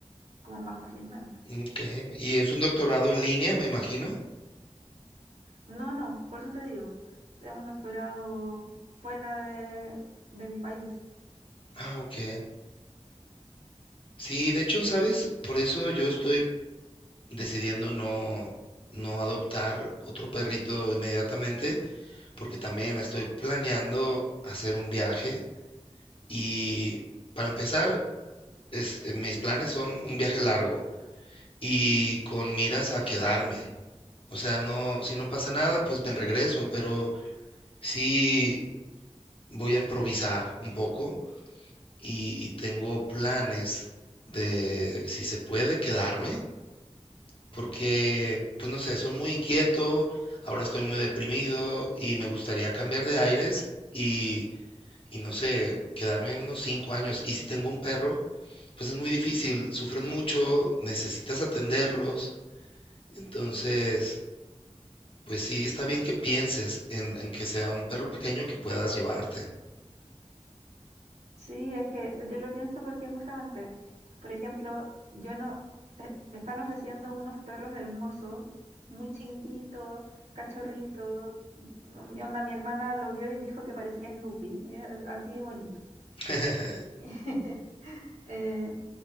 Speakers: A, on the right; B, on the left.
A: como más fácilmente.
B: Ok, Y es un doctorado en línea, me imagino.
A: No, no, por eso te digo, es un doctorado fuera de, de mi país.
B: Ah, ok. Sí, de hecho, ¿sabes? Por eso yo estoy decidiendo no, no adoptar otro perrito inmediatamente, porque también estoy planeando hacer un viaje. Y para empezar, es- eh, mis planes son un viaje largo y con miras a quedarme. O sea, no, si no pasa nada, pues me regreso, pero sí voy a improvisar un poco y, y tengo planes de si se puede quedarme, porque, pues no sé, soy muy inquieto, ahora estoy muy deprimido y me gustaría cambiar de aires y, y no sé, quedarme unos cinco años. Y si tengo un perro, pues es muy difícil, sufren mucho, necesitas atenderlos, entonces, pues sí, está bien que pienses en, en que sea un perro pequeño que puedas llevarte.
A: Sí, es que yo lo pienso porque justamente, por ejemplo, yo no, eh, me están ofreciendo unos perros hermosos, muy chiquititos, cachorritos. Mi onda, mi hermana lo vio y dijo que parecía Snoopy, y es así de bonito.
B: <laughs>
A: <laughs> Eh,